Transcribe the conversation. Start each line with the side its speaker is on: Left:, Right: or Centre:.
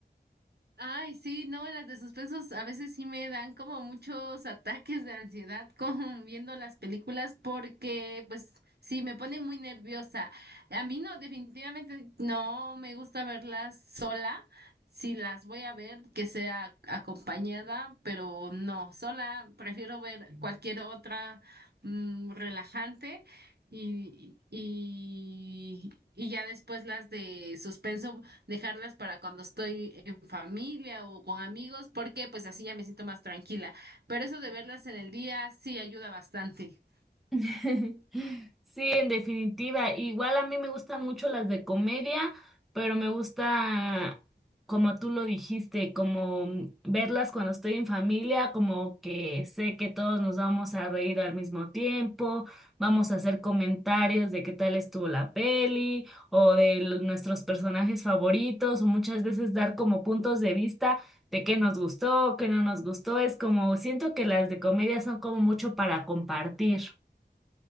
Right: Ay, sí, no, las de suspensos a veces sí me dan como muchos ataques de ansiedad con <laughs> viendo las películas porque pues sí me pone muy nerviosa. A mí no, definitivamente no me gusta verlas sola. Si las voy a ver, que sea acompañada, pero no, sola prefiero ver cualquier otra mm, relajante y, y, y ya después las de suspenso dejarlas para cuando estoy en familia o con amigos, porque pues así ya me siento más tranquila. Pero eso de verlas en el día sí ayuda bastante.
Centre: <laughs> Sí, en definitiva. Igual a mí me gustan mucho las de comedia, pero me gusta, como tú lo dijiste, como mm, verlas cuando estoy en familia, como que sé que todos nos vamos a reír al mismo tiempo, vamos a hacer comentarios de qué tal estuvo la peli o de los- nuestros personajes favoritos, o muchas veces dar como puntos de vista de qué nos gustó, qué no nos gustó. Es como, siento que las de comedia son como mucho para compartir.